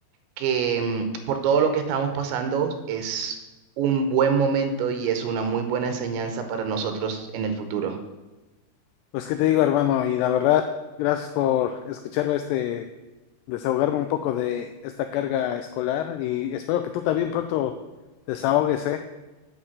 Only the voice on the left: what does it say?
Pues qué te digo, hermano, y la verdad, gracias por escucharme este, desahogarme un poco de esta carga escolar y espero que tú también pronto desahogues, ¿eh?